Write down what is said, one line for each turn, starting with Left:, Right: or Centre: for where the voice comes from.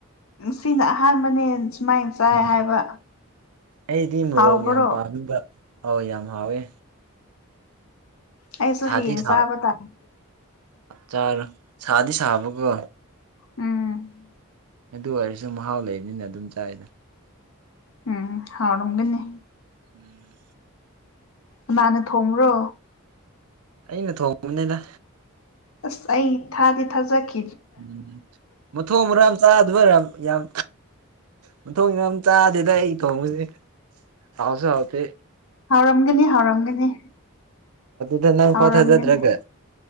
Left: ꯁꯤꯅ ꯑꯍꯥꯟꯕꯅꯦ ꯁꯨꯃꯥꯏꯅ ꯆꯥꯏ
Right: ꯎꯝ
Left: ꯍꯥꯏꯕ
Right: ꯑꯩꯗꯤ ꯃꯣꯔꯣꯛ
Left: ꯍꯥꯎꯕ꯭ꯔꯣ
Right: ꯌꯥꯝ ꯄꯥꯝꯕ ꯑꯥꯎ ꯌꯥꯝ ꯍꯥꯎꯋꯦ
Left: ꯑꯩꯁꯨ
Right: ꯁꯥꯗꯤ
Left: ꯍꯌꯦꯡ
Right: ꯁꯥꯕ
Left: ꯆꯥꯕ ꯇꯥꯔꯦ
Right: ꯆꯔ ꯁꯥꯗꯤ ꯁꯥꯕ ꯀꯣ
Left: ꯎꯝ
Right: ꯑꯗꯨ ꯑꯣꯏꯔꯁꯨ ꯃꯍꯥꯎ ꯂꯩꯕꯅꯤꯅ ꯑꯗꯨꯝ ꯆꯥꯏꯗ
Left: ꯎꯝ ꯍꯎꯔꯝꯒꯅꯤ
Right: ꯎꯝ
Left: ꯏꯃꯥꯅ ꯊꯣꯡꯕ꯭ꯔꯣ
Right: ꯑꯩꯅ ꯊꯣꯡꯕꯅꯤꯅ
Left: ꯑꯁ ꯑꯩ ꯊꯥꯗꯤ ꯊꯥꯖꯈꯤ
Right: ꯎꯝ ꯃꯊꯣꯡ ꯃꯔꯝ ꯆꯥꯗꯕ ꯌꯥꯝ ꯌꯥꯝ ꯃ ꯊꯣꯡ ꯌꯥꯝ ꯆꯥꯗꯦꯗ ꯑꯩ ꯊꯣꯡꯕꯁꯦ ꯍꯥꯎꯁꯨ ꯍꯥꯎꯇꯦ
Left: ꯍꯥꯎꯔꯝꯒꯅꯤ ꯍꯥꯎꯔꯝꯒꯅꯤ
Right: ꯘ ꯅꯪ
Left: ꯍꯥꯎꯔꯝꯒꯅꯤ
Right: ꯐꯣꯊꯖꯗ꯭ꯔꯒ